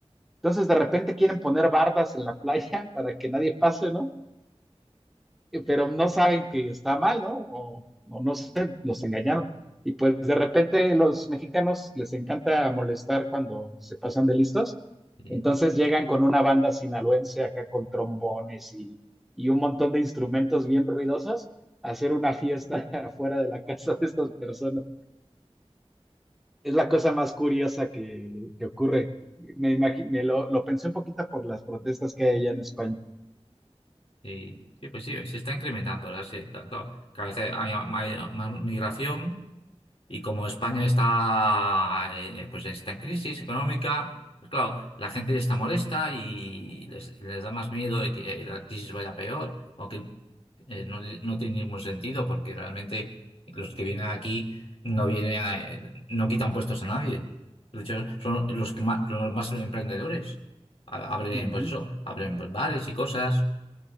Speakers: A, in the centre; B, on the left.
A: Entonces de repente quieren poner bardas en la <laughs> playa para que nadie pase, ¿no? eh, pero no saben que está mal, ¿no? O, o no sé, los engañaron. Y pues de repente los mexicanos les encanta molestar cuando se pasan de listos.
B: Sí,
A: Entonces llegan con una banda sinaloense acá con trombones y, y un montón de instrumentos bien ruidosos a hacer una fiesta <laughs> afuera de la casa de estas personas. Es la cosa más curiosa que, que ocurre. Me, imagi- me lo, lo pensé un poquito por las protestas que hay allá en España.
B: sí, Sí, pues sí, se está incrementando, ¿verdad? Sí, claro, claro. Cada vez hay ma- ma- más migración Y como España está, eh, pues está en crisis económica, pues claro, la gente está molesta y les, y les da más miedo de que la crisis vaya peor, aunque eh, no, no tiene ningún sentido porque realmente los que vienen aquí no vienen a- eh, no quitan puestos a nadie. De hecho, son los que más, los más emprendedores. A- Abren,
A: Ujú.
B: pues eso, abren pues, bares y cosas.